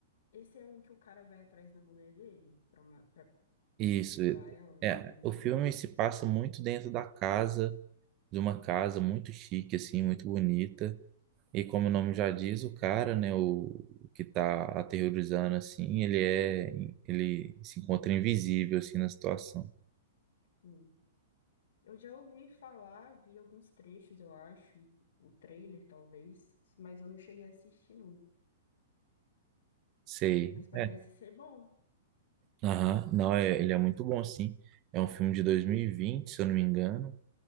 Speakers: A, on the left; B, on the right.
A: esse é um que o cara vai atrás da mulher dele pra, ma- pra
B: Isso.
A: perturbar ela, alguma
B: É,
A: coisa assim.
B: o filme se passa muito dentro da casa, de uma casa muito chique, assim, muito bonita. E como o nome já diz, o cara, né, o, o que tá aterrorizando, assim, ele é, ele se encontra invisível, assim, na situação.
A: Sim. Eu já ouvi falar, vi alguns trechos, eu acho, o trailer talvez, mas eu não cheguei a assistir, não.
B: Sei.
A: Mas parece
B: É.
A: ser bom.
B: Aham. Não, é, ele é muito bom, sim. É um filme de 2020 se eu não me engano.